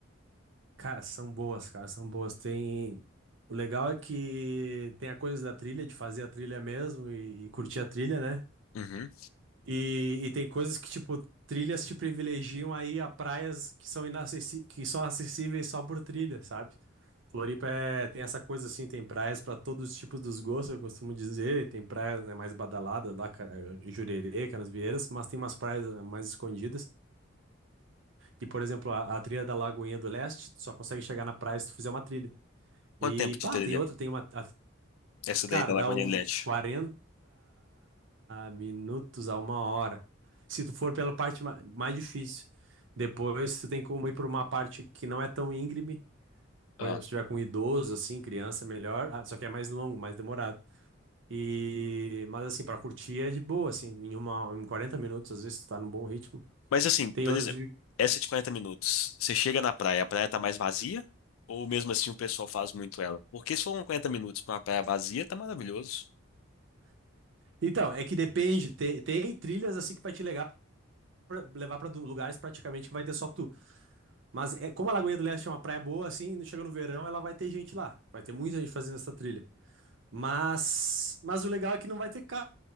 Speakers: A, on the right; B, on the left.
A: Cara, são boas, cara, são boas. Tem o legal é que tem a coisa da trilha, de fazer a trilha mesmo e, e curtir a trilha, né?
B: Uhum.
A: E, e tem coisas que tipo trilhas te privilegiam aí a praias que são inacessi... que são acessíveis só por trilha, sabe? Floripa é, tem essa coisa assim, tem praias para todos os tipos dos gostos, eu costumo dizer. Tem praias, né, mais badaladas lá, Ca- eh, Jurerê, Canasvieiras, mas tem umas praias eh, mais escondidas. E, por exemplo, a, a trilha da Lagoinha do Leste, tu só consegue chegar na praia se tu fizer uma trilha.
B: Quanto
A: E,
B: tempo de
A: pá,
B: trilha?
A: tem outra, tem uma. a-
B: Essa
A: cara,
B: daí da Lagoa
A: dá um
B: Leste.
A: quarenta minutos a uma hora. Se tu for pela parte ma- mais difícil. Depois tu tem como ir por uma parte que não é tão íngreme por
B: Ah.
A: exemplo, se tiver com idoso, assim, criança, é melhor. Ah, Só que é mais longo, mais demorado. E... Mas, assim, pra curtir é de boa, assim. Em uma... em 40 minutos, às vezes, tu tá num bom ritmo.
B: Mas assim,
A: Tem
B: por
A: outras...
B: exemplo, essa de 40 minutos, você chega na praia, a praia tá mais vazia? Ou mesmo assim o pessoal faz muito ela? Porque se for um 40 minutos pra uma praia vazia, tá maravilhoso.
A: Então, é que depende. Tem, tem trilhas, assim, que vai te levar pra, levar pra du- lugares praticamente que vai ter só tu. Mas é... como a Lagoinha do Leste é uma praia boa, assim, chega no verão, ela vai ter gente lá. Vai ter muita gente fazendo essa trilha. Mas, mas o legal é que não vai ter carro,